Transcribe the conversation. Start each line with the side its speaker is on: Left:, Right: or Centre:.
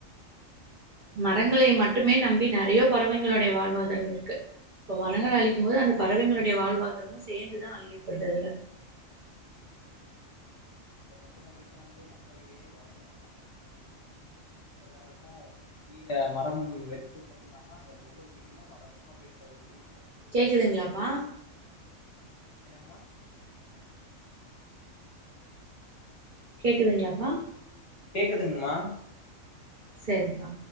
Right: மரங்களை
Left: சரி
Right: மட்டுமே நம் பி நெறைய பறவைங்களுடைய வாழ்வாதாரம் இருக்கு இப்போ மரங்கள அழிக்கும் போது அந்த பறவைங்களுடைய வாழ்வாதாரமு சேர்ந்துதா அழியப்படுது அதுல
Left: இத பத்தின விழிப்புணர்வு மக்களிடையே வரணுனுதா எல்லாருக்கு ஈட மரம் வெட்டுறது மட்டும் இல்லாம அத ஒவ்வொரு வீட்டிலு வளர்க்கணு அப்டின்ற ஒரு விழி
Right: கேக்குதுங்களாப்பா
Left: என்னங்கமா
Right: கேக்குதுங்காப்பா
Left: கேக்குதுங்கமா
Right: சரிப்பா